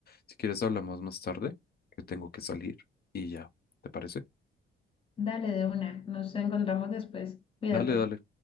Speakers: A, on the left; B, on the left.
A: Si quieres hablamos más tarde, que tengo que salir y ya, ¿te parece?
B: Dale de una, nos encontramos después. Cuídate.
A: Dale, dale.